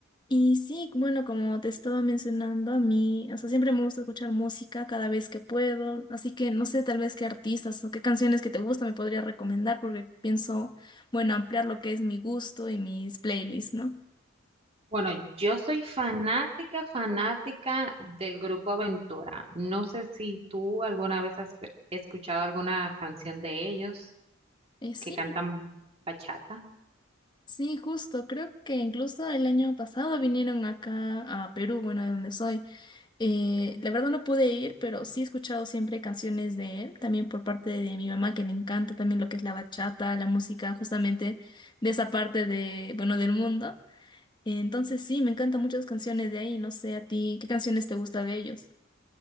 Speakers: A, on the left (about 20°); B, on the right (about 30°).
A: Y sí, bueno, como te estaba mencionando, a mí, o sea, siempre me gusta escuchar música cada vez que puedo, así que no sé tal vez qué artistas o qué canciones que te gustan me podría recomendar porque pienso, bueno, ampliar lo que es mi gusto y mis playlists, ¿no?
B: Bueno, yo soy fanática, fanática del grupo Aventura. No sé si tú alguna vez has escu- escuchado alguna canción de ellos
A: Eh, sí,
B: que cantan bachata.
A: sí, justo, creo que incluso el año pasado vinieron acá a Perú, bueno, de donde soy. Eh, la verdad no pude ir, pero sí he escuchado siempre canciones de él, también por parte de mi mamá, que le encanta también lo que es la bachata, la música justamente de esa parte de, bueno, del mundo. Entonces sí, me encantan muchas canciones de ahí. No sé a ti, ¿qué canciones te gusta de ellos?